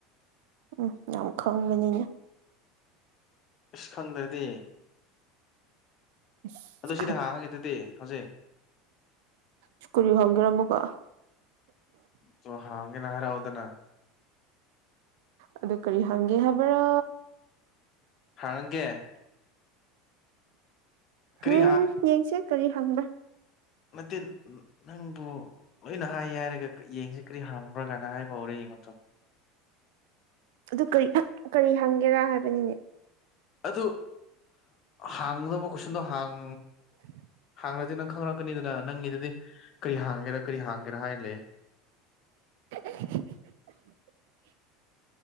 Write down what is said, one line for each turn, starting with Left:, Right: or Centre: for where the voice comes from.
Right: ꯎꯝ ꯌꯥꯝ ꯈꯪꯪꯕꯅꯤꯅ
Left: ꯑꯁ ꯈꯪꯗ꯭ꯔꯗꯤ
Right: ꯑꯁ
Left: ꯑꯗꯨ ꯁꯤ ꯊꯥꯔꯔꯣꯏꯒꯦ ꯍꯧꯖꯤꯛ
Right: ꯁ꯭ꯀꯨꯜ <unintelligible> ꯑꯃꯨꯛꯀ
Left: ꯆꯣꯡ ꯍꯥꯡꯉꯦꯅ ꯍꯔꯥꯎꯗꯅ
Right: ꯑꯗꯨ ꯀꯔꯤ ꯍꯪꯒꯦ ꯍꯥꯏꯕ꯭ꯔꯥ
Left: ꯍꯥꯡꯒꯦ ꯀꯔꯤ
Right: ꯍꯝ ꯌꯦꯡꯁꯦ ꯀꯔꯤ ꯍꯪꯕ꯭ꯔ
Left: ꯃꯠꯇꯤꯟ ꯅꯪꯕꯨ ꯂꯣꯏꯅ ꯍꯥꯏ ꯍꯥꯏꯔꯒ ꯌꯦꯡꯁꯤ ꯀꯔꯤ ꯍꯥꯡꯕ꯭ꯔꯥ ꯀꯥꯏꯅ ꯍꯥꯏꯕ ꯍꯧꯔꯦ ꯌꯦꯡꯉꯣꯇꯣ
Right: ꯑꯗꯨ ꯀꯔꯤ ꯀꯔꯤ ꯍꯪꯒꯦꯔꯥ ꯍꯥꯏꯕꯅꯤꯅꯦ
Left: ꯑꯗꯨ ꯍꯥꯡꯅꯕ ꯀꯣꯏꯁꯟꯗꯣ ꯍꯪ
Right: <inaudible>
Left: ꯍꯪꯂꯗꯤ ꯅꯪ ꯈꯪꯂꯛꯀꯅꯤꯗꯅ ꯅꯪꯒꯤꯗꯗꯤ ꯀꯔꯤ ꯍꯪꯒꯦꯔꯥ ꯀꯔꯤ ꯍꯪꯒꯦꯔꯥ ꯍꯥꯏ ꯂꯩ
Right: <inaudible>